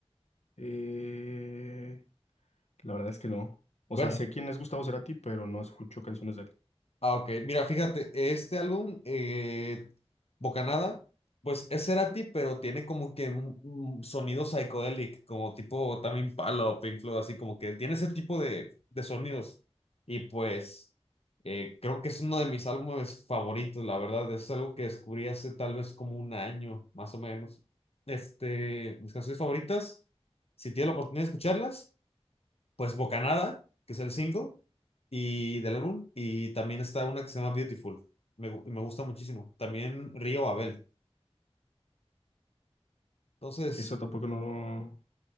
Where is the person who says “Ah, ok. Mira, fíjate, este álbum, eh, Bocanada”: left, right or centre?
Left